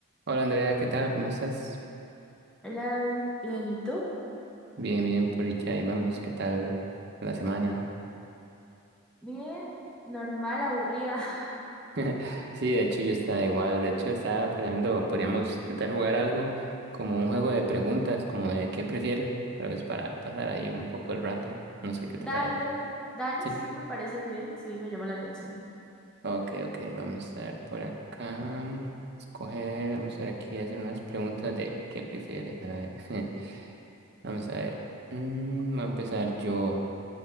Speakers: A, on the right; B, in the centre.
A: Hola Andrea, ¿qué tal? ¿Cómo estás?
B: Hola David, bien, ¿y tú?
A: Bien, bien, por dicha, ahí vamos, ¿qué tal la semana?
B: Bien, normal, aburrida. <laughs>
A: <laughs> Sí, de hecho yo estaba igual, de hecho estaba planeando, podríamos intentar jugar algo como un juego de preguntas, como de qué prefieres, tal vez para pasar ahí un poco el rato, no sé qué
B: Dale,
A: te parece.
B: dale,
A: Sí,
B: sí, me parece bien, sí, me llama la atención.
A: ok, ok, vamos a ver por acá, escoger, vamos a ver aquí, hacer unas preguntas de qué prefieres, a ver, <laughs> vamos a ver, Mm, voy a empezar yo.